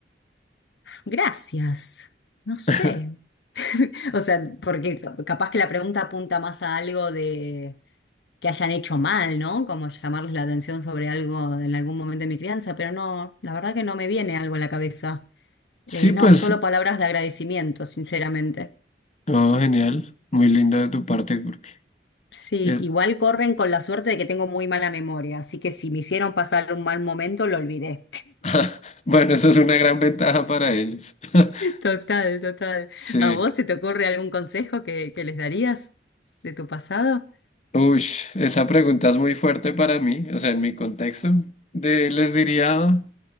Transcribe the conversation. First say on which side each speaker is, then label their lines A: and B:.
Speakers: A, on the left; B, on the left.
A: gracias. No sé.
B: <laughs>
A: <laughs> O sea, porque ca- capaz que la pregunta apunta más a algo de que hayan hecho mal, ¿no? Como llamarles la atención sobre algo en algún momento de mi crianza, pero no, la verdad que no me viene algo a la cabeza.
B: sí,
A: Eh,
B: pues,
A: no, solo palabras de agradecimiento, sinceramente.
B: oh, genial, muy lindo de tu parte porque
A: Sí,
B: es-
A: igual corren con la suerte de que tengo muy mala memoria, así que si me hicieron pasar un mal momento, lo olvidé.
B: <laughs> bueno, esa es una gran ventaja para ellos. <laughs>
A: Total, total.
B: Sí.
A: ¿A vos se te ocurre algún consejo que, que les darías de tu pasado?
B: Uy, esa pregunta es muy fuerte para mí, o sea, en mi contexto. De, les diría